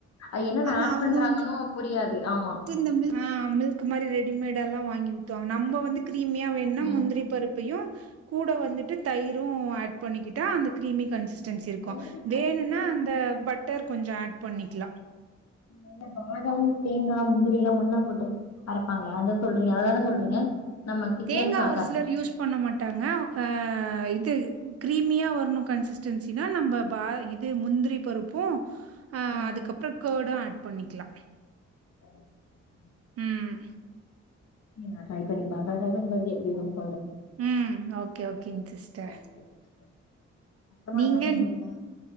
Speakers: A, on the left (about 60°); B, on the right (about 55°).
A: ஆ என்னன்ன
B: ஆமா.
A: ஆட்
B: அவங்க
A: பண்றாங்கண்ணு
B: வந்து
A: புரியாது ஆமா
B: <inaudible> ஆ மில்க் மாரி ரெடிமேடாலா வாங்கி ஊத்துவாங்க நம்ப வந்து கிரீமியா வேண்னா
A: ம்
B: முந்திரி பருப்பையு கூட வந்துட்டு தயிரு ஆட் பண்ணிக்கிட்டா அந்த கிரீமி கன்சிஸ் டெண்சி இருக்கு
A: முந்திரி பருப்புல
B: வேணுனா அந்த
A: என்ன போடுவீங்க
B: பட்டர் கொஞ்சோ ஆட் பண்ணிக்லா
A: ஏங்க பாதாம் தேங்கா முந்திரிலா ஒன்னா போட்டு அரைப்பாங்களே அத சொல்றீங்க அததான சொல்றீங்க நம்ம திக்னஸ்காக
B: தேங்கா ஒரு சிலர் யூஸ் பண்ண மாட்டாங்க ஆ இது கிரீமியாக வர்ணு கன்சிஸ்டன்சினா நம்ப பா இது முந்திரி பருப்பு ஆ
A: ம்
B: அதுக்கப்றோ கர்டு ஆட் பண்ணிக்லா
A: <unintelligible>
B: ம்
A: இங்க ட்ரை பண்ணி பாக்றே ட்ரை பண்ணி எப்டி <inaudible>
B: ம் ஓகே ஓகேங் சிஸ்டர்
A: ஓகே சிஸ் அப்றமா
B: நீங்க
A: என்ன பண்றீங்க